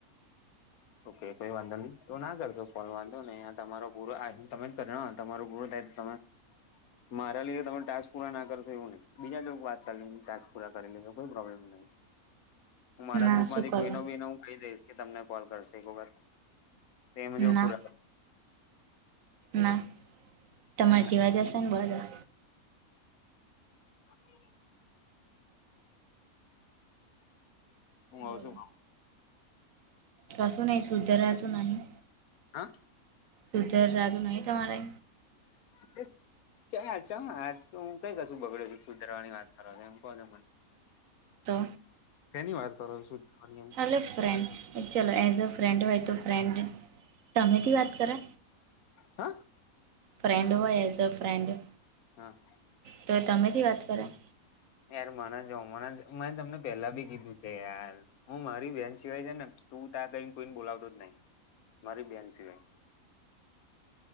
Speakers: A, on the right; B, on the left.
A: <inaudible>
B: ઓકે કોઈ વાંધો નહી તો ના કરશો ફોન વાંધો ને તમારો પૂરો તમે કર તમારું પૂરું ટાઈમ તમે મારા લીધે તમે ટાસ્ક પૂરા ના કરસો એવું નઈ બીજા જો વાત ચા ટાક પૂરા કરી લે કોઈ પ્રોબ્લેમ નહીં. હું મારા
A: ના
B: ગ્રુપ
A: શું
B: માંથી
A: કરવા
B: કોઈ ન બીને હું કહી દઈશ કે તમને કોલ કરશે એક વખત. તેજ
A: ના
B: પુરા
A: ના
B: કરશે
A: તમારે
B: એમને
A: જેવા જશે ને બધા
B: <inaudible> હું આવ
A: બોલો
B: છું
A: કસું નહી સુજારતું નહી.
B: હન?
A: સુધર રાજુ નહીં તમારે?
B: <inaudible> ચ ચ હ તું કઈ કશું બગડ્યું સુધારવાની વાત કરો એમ કહો ત મને
A: તો
B: શેની વાત કરો છો સુધારવાની એમ કહો
A: હ ફ્રેન્ડ ચાલો એઝ અ ફ્રેન્ડ હોય તો ફ્રેન્ડ સામેથી વાત કરો
B: હ
A: ફ્રેન્ડ હોય એઝ અ ફ્રેન્ડ
B: હા
A: તો સામેથી વાત કર્યા
B: યાર મને જો મને તમને પેલા બી કીધું છે યાર હું મારી બેહેન સિવાય છે ને તું ત્યા તને કોઈને બોલાવતો જ નહી મારી બેહેન સિવાય